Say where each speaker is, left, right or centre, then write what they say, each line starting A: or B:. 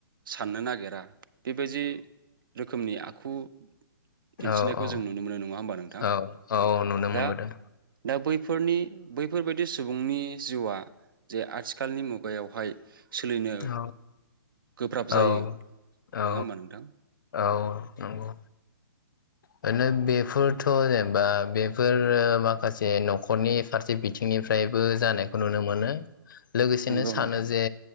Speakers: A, on the right (about 70°); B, on the left (about 65°).
A: साननो नागिरा बेबायदि रो रोखोमनि आखु दिन्थिनायखौ
B: औ औ औ
A: जों नुनो मोनो नङा होमबा नोंथां
B: औ औ नुनो मोनबोदों
A: दा दा बैफोरनि बैफोरबायदि सुबुंनि जिउआ जे आथिखालनि मुगायावहाय सोलिनो
B: औ
A: गोब्राब
B: औ
A: जायो नङा
B: औ
A: होमबा नोंथां
B: औ नंगौ ओरनो बेफोरथ जेनेबा बेफोर माखासे नखरनि फारसे बिथिंनिफ्रायबो जानायखौ नुनो मोनो लोगोसेनो
A: नंगौ
B: सानो
A: नोंथां
B: जे